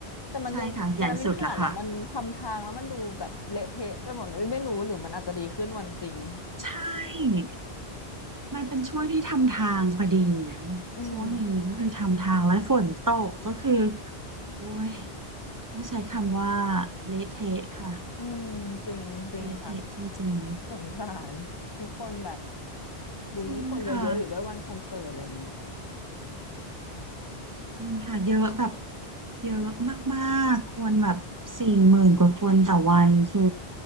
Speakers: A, on the left (about 30°); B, on the right (about 30°).
A: แต่มันดูวันนั้นมินผ่านแล้วมันทำทางแล้วมันดูแบบเละเทะไปหมดเลยมินไม่รู้หรือมันอาจจะดีขึ้นวันจริง
B: ใช่ค่ะใหญ่สุดแล้วค่ะใช่ มันเป็นช่วงที่ทำทางพอดี
A: อืม
B: ช่วงนี้ก็คือทำทางและฝนตกก็คือโอ้ยต้องใช้คำว่าเละเทะค่ะ
A: อืมจริงจริงค่ะ
B: เละเทะจริง
A: สงสารทุกคนแบบ
B: ๆจริงค่ะ
A: ดูยิ่งคนเยอะๆอยู่ด้วยวันคอนเสิร์ตอะไรอย่างนี้
B: จริงค่ะเยอะแบบเยอะมากๆคนแบบสี่หมื่นกว่าคนต่อวันคือ